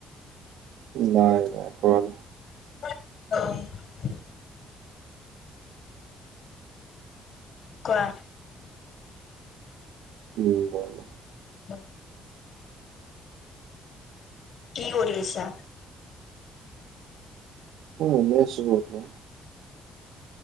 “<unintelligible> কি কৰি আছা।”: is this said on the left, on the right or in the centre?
Left